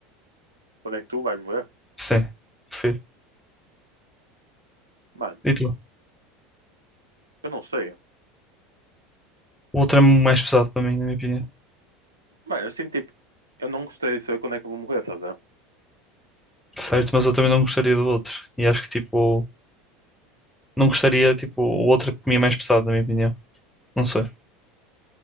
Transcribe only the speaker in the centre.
Sim, prefiro.
E tu?
O outro é mais pesado para mim, na minha opinião.
Certo, mas eu também não gostaria do outro. E acho que, tipo, não gostaria, tipo, o outro é para mim é mais pesado, na minha opinião. Não sei.